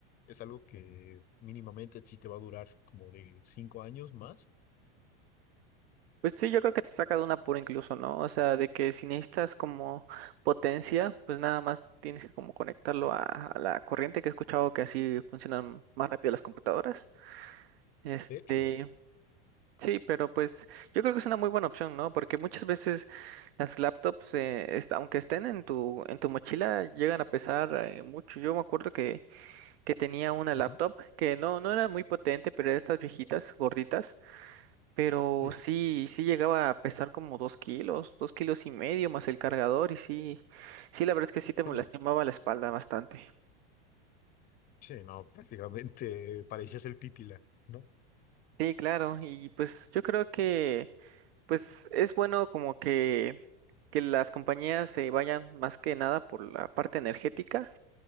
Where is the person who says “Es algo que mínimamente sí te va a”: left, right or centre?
Left